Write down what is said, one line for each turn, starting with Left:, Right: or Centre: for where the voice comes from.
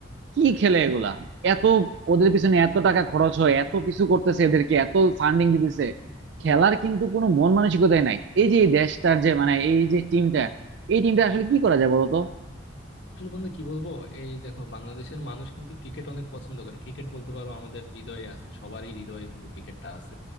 Right: কি খেলে এগুলা এত ওদের পিছনে এত টাকা খরচ হয় এত কিছু করতেছে এদেরকে এত ফান্ডিং দিতেছে খেলার কিন্তু কোনো মন মানসিকতাই নাই এই যে এই দেশটার যে মানে এই যে টিমটা এই টিমটা আসলে কি করা যায় বলতো
Left: আসলে বন্ধু কি বলবো এই দেখো বাংলাদেশের মানুষ কিন্তু ক্রিকেট অনেক পছন্দ করে ক্রিকেট বলতে পারো আমাদের হৃদয়ে আছে সবারই হৃদয়ে কিন্তু ক্রিকেটটা আছে